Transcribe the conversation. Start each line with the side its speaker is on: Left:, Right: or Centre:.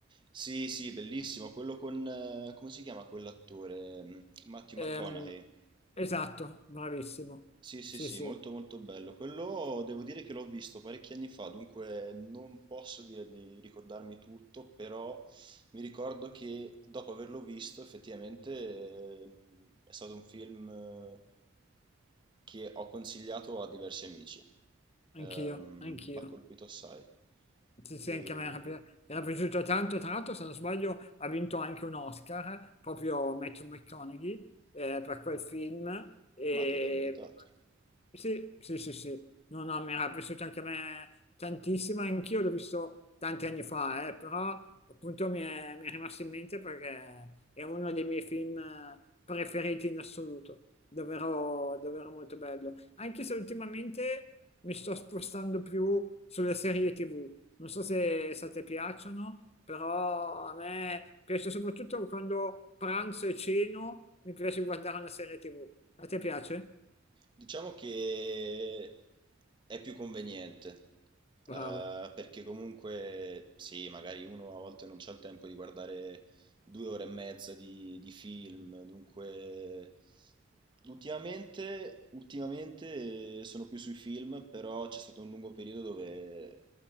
Right: sì, sì, bellissimo, quello con, eh, come si chiama quell'attore? Matthew
Left: Ehm,
Right: McConaughey.
Left: esatto, bravissimo.
Right: Sì, sì,
Left: Sì,
Right: sì,
Left: sì,
Right: molto molto bello. Quello devo dire che l'ho visto parecchi anni fa, dunque non posso dire di ricordarmi tutto, però mi ricordo che dopo averlo visto effettivamente ehm, è stato un film eh, che ho consigliato a diversi amici. Ehm,
Left: anch'io, anch'io.
Right: Mi ha colpito assai,
Left: Sì, sì,
Right: Ehm,
Left: anche a me era, pi- era piaciuto tanto, tra l'altro se non sbaglio ha vinto anche un Oscar, proprio Matthew McConaughey, eh, per quel film. E...
Right: ma direi meritato.
Left: Sì, sì, sì, sì, no, no, mi era piaciuto anche a me tantissimo, anch'io l'ho visto tanti anni fa, eh, però appunto mi è, mi è rimasto in mente perché è uno dei miei film preferiti in assoluto, davvero, davvero molto bello, anche se ultimamente mi sto spostando più sulle serie TV, non so se, se a te piacciono, però a me piace soprattutto quando pranzo e ceno, mi piace guardare una serie TV. A te piace?
Right: Diciamo che è più conveniente, eh,
Left: Bravo.
Right: perché comunque sì, magari uno a volte non c'ha il tempo di guardare due ore e mezza di, di film, dunque ultimamente, ultimamente eh, sono più sui film, però c'è stato un lungo periodo dove